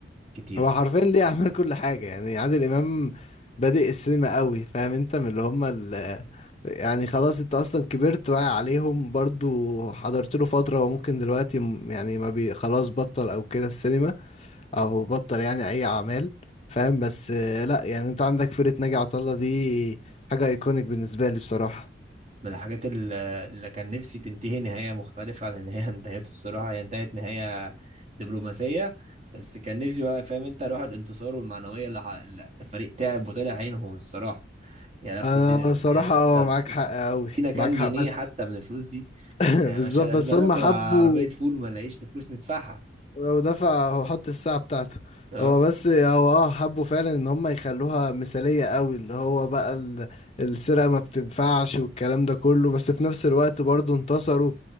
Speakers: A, on the right (about 35°); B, on the left (about 35°).
A: كتير
B: هو حرفيا ليه اعمال كل حاجة يعني عادل امام بادئ السينما قوي فاهم انت من اللي هم ال يعني خلاص انت اصلا كبرت واعي عليهم برضو حضرت له فترة وممكن دلوقتي م- يعني ما بي خلاص بطل او كده السينما او بطل يعني اي اعمال فاهم بس آه، لا يعني انت عندك فرقة ناجي عطا الله دي حاجة ايكونيك بالنسبة لي بصراحة
A: من الحاجات ال- اللي كان نفسي تنتهي نهاية مختلفة عن اللي هي انتهت <laughs> الصراحة هي انتهت نهاية دبلوماسية بس كان نفسي بقى فاهم انت روح الانتصار والمعنوية اللي, ح... اللي الفريق تعب وطلع عينهم الصراحة يا لفوا
B: انا
A: الدنيا
B: صراحة
A: يعني
B: اه
A: طب
B: معاك حق قوي
A: ادينا كام
B: معاك حق
A: جنيه
B: بس
A: حتى من الفلوس دي
B: <laughs>
A: يعني
B: بالظبط
A: مش هن-
B: بس
A: هناكل
B: هم حبوا
A: عربية فول وما نلاقيش فلوس ندفعها
B: لو دفع هو حط الساعة بتاعته
A: اه
B: هو بس هو اه حبوا فعلا ان هم يخلوها مثالية قوي اللي هو بقى ال- السرقة ما بتنفعش والكلام ده كله بس في نفس الوقت برضه انتصروا